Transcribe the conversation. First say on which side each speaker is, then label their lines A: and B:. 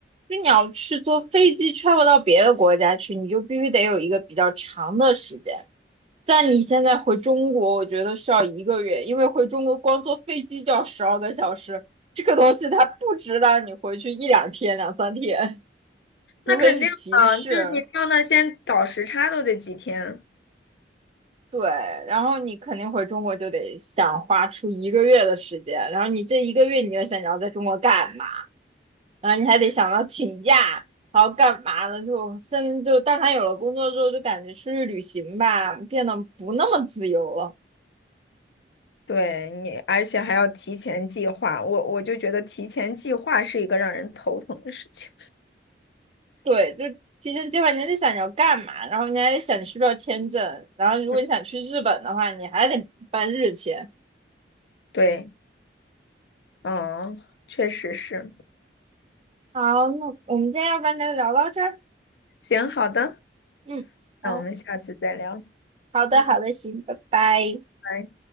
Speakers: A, on the right; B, on the left.
A: 就你要去坐飞机 travel 到别的国家去，你就必须得有一个比较长的时间。像你现在回中国，我觉得需要一个月，因为回中国光坐飞机就要十二个小时，这个东西它不值得你回去一两天、两三天，
B: 那肯定的，
A: 除非是急事。
B: 就是你到那先倒时差都得几天。
A: 对，然后你肯定回中国就得想花出一个月的时间，然后你这一个月你就想你要在中国干嘛，然后你还得想到请假，然后干嘛呢？就现在就但凡有了工作之后，就感觉出去旅行吧，变得不那么自由了。
B: 对你，而且还要提前计划。我我就觉得提前计划是一个让人头疼的事情。
A: 对，就提前计划，你还得想你要干嘛，然后你还得想你需不需要签证，然后如果你想去日本的话，
B: 嗯，
A: 你还得办日签。
B: 对，嗯，确实是。
A: 好，那我们今天要不然就聊到这儿。
B: 行，好的，
A: 嗯，好，
B: 那我们下次再聊，
A: 好的，
B: 嗯。
A: 好的，行，拜拜。
B: 拜。